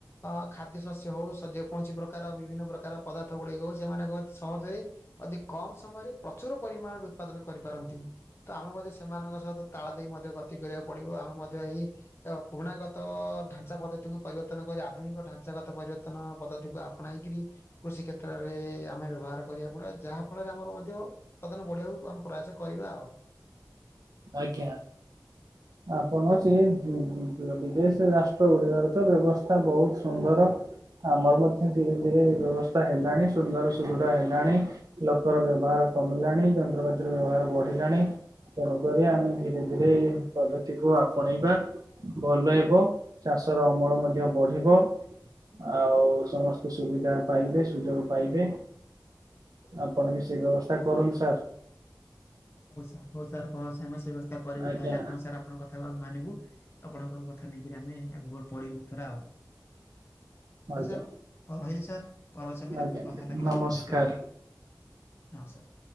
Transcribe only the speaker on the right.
ଆଜ୍ଞା। ଆପଣ ସେ ବି ବିଦେଶ ରାଷ୍ଟ୍ର ଗୁଡିକରେ ତ ବ୍ୟବସ୍ଥା ବହୁତ ସୁନ୍ଦର। ଆମର ମଧ୍ୟ ଧୀରେ ଧୀରେ ବ୍ୟବସ୍ଥା ହେଲାଣି। ସୁନ୍ଦର ସୁଦୃଢ ହେଲାଣି। ଲୋକର ବ୍ୟବହାର କମିଲାଣି। ଯନ୍ତ୍ରପାତିର ବ୍ୟବହାର ବଢିଲାଣି। ବଢିଆ ଆମେ ଧୀରେ ଧୀରେ ଏ ପଦ୍ଧତିକୁ ଆପଣେଇବା। ଭଲ ହେବ। ଚାଷ ର ଅମଳ ମଧ୍ୟ ବଢିବ। ଆଉ ସମସ୍ତେ ସୁବିଧା ପାଇବେ, ସୁଯୋଗ ପାଇବେ। ଆପଣ ବି ସେଇ ବ୍ୟବସ୍ଥା କରନ୍ତୁ ସାର୍।
ଆଜ୍ଞା
ଆଜ୍ଞା
ଆଜ୍ଞା
ନମସ୍କାର।